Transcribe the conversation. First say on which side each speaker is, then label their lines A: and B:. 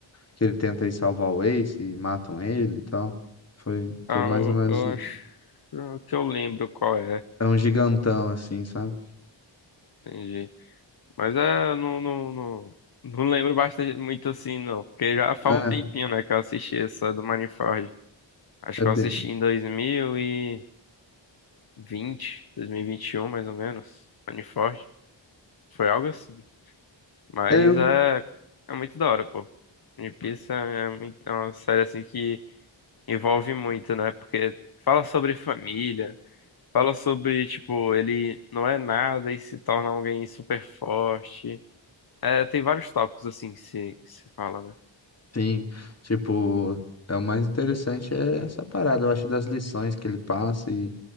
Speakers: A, on the left; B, on the left.
A: que ele tenta ir salvar o Ace e matam ele e tal. Foi, tô
B: Ah,
A: mais
B: eu,
A: ou menos,
B: eu acho que eu lembro qual é.
A: é um gigantão assim, sabe?
B: Entendi. Mas é, não, não, não, não lembro bastante muito assim, não. Porque já faz
A: É,
B: um tempinho, né, que eu assisti essa do Manifold. Acho
A: é
B: que
A: bem,
B: eu assisti em dois dois mil mil e e vinte, dois mil e vinte e um, mais ou menos. Manifold. Foi algo assim. Mas
A: é, eu-
B: é, é muito da hora, pô. One Piece é, muito, é uma série assim que envolve muito, né? Porque fala sobre família, fala sobre, tipo, ele não é nada e se torna alguém super forte. É, tem vários tópicos assim que se, que se fala, né?
A: sim, tipo, é o mais interessante é essa parada, eu acho, das lições que ele passa e,